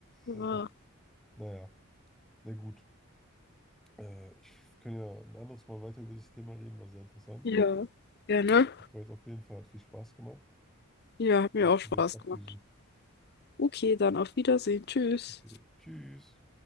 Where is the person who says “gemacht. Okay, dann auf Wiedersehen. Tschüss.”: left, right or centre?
Left